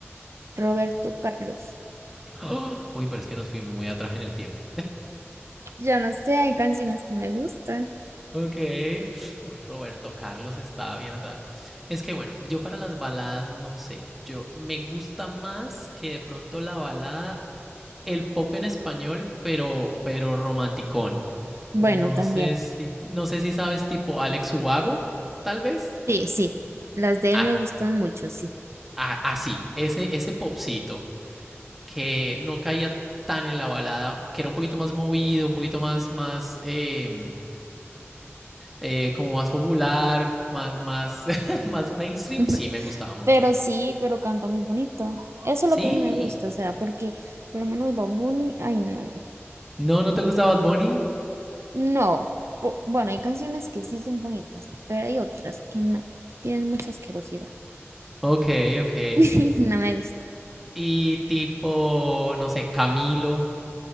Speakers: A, on the right; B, in the centre.
A: Roberto Carlos.
B: <gasps> ¡Oh! Uy, pero es que nos fuimos muy atrás en el tiempo.
A: Yo no sé, hay canciones que me gustan.
B: Ok. Uy, Roberto Carlos estaba bien atrás. Es que bueno, yo para las baladas no sé. Yo me gusta más que de pronto la balada, el pop en español, pero, pero romanticón.
A: Bueno,
B: No
A: también.
B: sé si, no sé si sabes tipo Alex Ubago, tal vez.
A: Sí, sí, las de
B: Ah,
A: él me gustan mucho, sí.
B: ah, ah, sí, ese, ese popcito. que no caía tan en la balada, que era un poquito más movido, un poquito más, más, eh, eh, como más popular, más, más, <laughs> más mainstream,
A: <laughs>
B: sí me gustaba mucho.
A: Pero sí, pero canta muy bonito. Eso
B: Sí.
A: es lo que a mí me gusta, o sea, porque por lo menos Bad Bunny, ay no.
B: No, ¿no te gusta Bad Bunny?
A: No. po- bueno, hay canciones que sí son bonitas, pero hay otras que no. Tienen mucha asquerosidad.
B: Ok, ok.
A: <laughs> No me gusta.
B: Y tipo, no sé, Camilo,